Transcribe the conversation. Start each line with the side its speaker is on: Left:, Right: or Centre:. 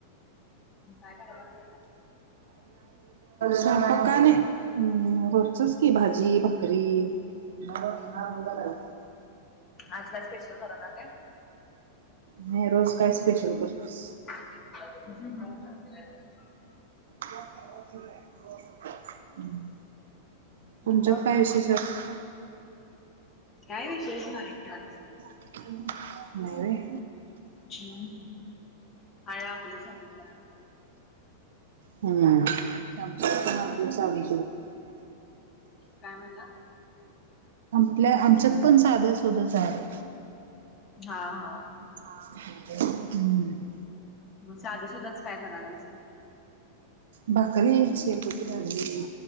Left: तुम्ही काय करायलाय स्वयंपाक
Right: स्वयंपाक का नाही? हम्म रोजचच की भाजी भाकरी. ह
Left: हम्म. आज काय स्पेशल करणार काय
Right: हम् रोज काय स्पेशल करतिस?
Left: <unintelligible>
Right: <unintelligible> तुमच्यात
Left: मग
Right: काय विशेष हाय?
Left: काय विषेश नाही आज.
Right: नाही
Left: हम्म. हाय आपलं साधं साधं
Right: होय. <unintelligible> हम आमच्यात आट दिवस आधी
Left: काय म्हनला?
Right: नाय आमच्यात पण साधं सुधच आहे.
Left: हा हा
Right: हम्म
Left: मग साधा सुद्धाच काय करालायसा.
Right: भाकरी एक शेपूची भाजी